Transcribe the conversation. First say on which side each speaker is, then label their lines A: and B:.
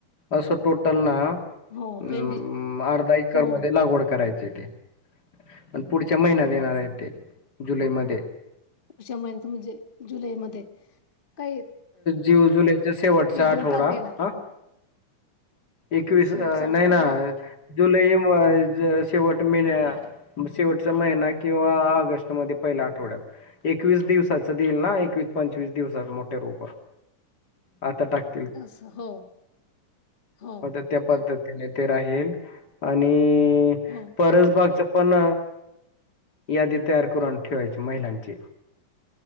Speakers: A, on the left; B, on the left.
A: असं टोटल ना
B: हो
A: हम
B: भेंडी
A: अर्धा एकर
B: हो
A: मध्ये लागवड करायची ते प पुढच्या महिन्या येणार आहे ते जुलै मध्ये
B: उ्या महिन्यात म्हणजे जुलै मध्ये काही
A: जीव जुलैच्या शेवटचा
B: एक
A: आठवडा
B: दोन तारखेला
A: हा एकवीस
B: शेवटचा आठवडा
A: नाही ना जुलै शेवट मेन्या शेवटचा महिना किंवा ऑगस्ट मध्ये पहिल्या आठवड्यात एकवीस दिवसाच देईल ना एकवीस पंचवीस दिवसाात मोठे रूप आता टक
B: अस हो हो
A: मग तर त्या पद्धतीने ते राहील आणि
B: हो
A: परसबागच पण यादी तयार करून ठेवायची महिलांची